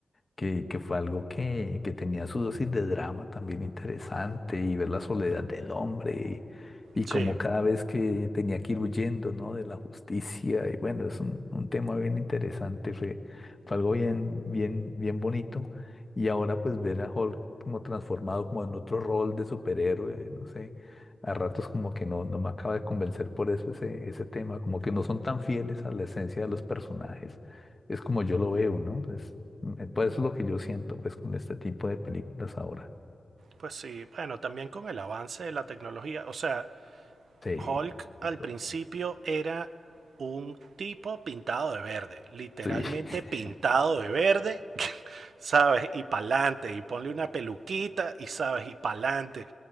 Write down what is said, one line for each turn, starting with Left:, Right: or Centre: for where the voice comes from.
Left: que, que fue algo que, que tenía su dosis de drama también interesante y ver la soledad del hombre y, y
Right: sí.
Left: como cada vez que tenía que ir huyendo, ¿no? de la justicia y bueno, es un, un tema bien interesante, fue, fue algo bien, bien, bien bonito y ahora pues ver a Hulk como transformado como en otro rol de superhéroe, no sé. A ratos como que no, no me acaba de convencer por eso ese, ese tema, como que no son tan fieles a la esencia de los personajes. Es como yo lo veo, ¿no? Pues, Mm, Pues es lo que yo siento, pues, con este tipo de películas ahora.
Right: Pues sí, bueno, también con el avance de la tecnología. O sea,
Left: Sí,
Right: Hulk
Left: sí,
Right: al
Left: total.
Right: principio era un tipo pintado de verde, literalmente
Left: sí, <laughs>
Right: pintado de verde, <laughs> ¿sabes? Y pa'lante, y ponle una peluquita, y sabes, y pa'lante.